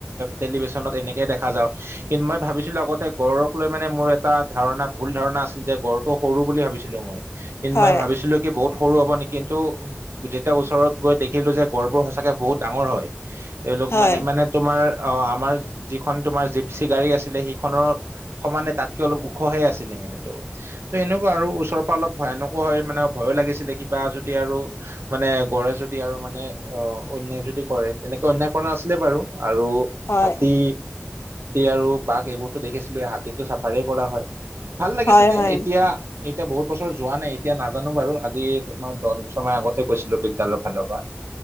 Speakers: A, on the right; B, on the left.
A: টেলিভিশছনত এনেকে দেখা পাও। কিন্তু মই ভাবিছিলো গড়ক লৈ মানে মোৰ এটা ধাৰণা ভুল ধাৰণা আছিল যে গড়টো সৰু বুলি ভাবিছিলো মই। কিন্ত
B: হয়
A: মানে
B: হয়
A: ভাবিছিলো কি বহুত সৰু হব নেকি কিন্তু যেতিয়া ওচৰত গৈ দেখিলো যে গড়বোৰ সঁচাকে বহুত ডাঙৰ হয়। তেওঁলোক
B: হয়
A: মানে মানে তোমাৰ অ আমাৰ যিখন তোমাৰ জিপচি গাড়ী আছিলে সেইখনৰ সমানে তাতকে অলপ ওখহে আছিলে মানে ত' ত এনেকুৱা আৰু ওচৰৰ পৰা অলপ ভয়ানক হয়। মানে লাগিছিল কিবা যদি আৰু মানে গড়ে যদি আৰু মানে অ অন্যায় যদি কৰে তেনেকে অন্যায়। নাছিলে বাৰু আৰু
B: হয়
A: হাতী। আৰু বাঘ এইবোৰতো দেখিছিলো এই হাতীতটো চ। কৰা হয় ভাল লাগিছিলে
B: হয় হয়
A: এতিয়া এতিয়া বহুত বছ্তৰ। ৰ যোৱা নাই এতিয়া নাজানো বাৰু আজি তোমাৰ দহ বছৰ মান আগতে গৈছিলোঁ বিদ্যালয় ফালৰ পৰা।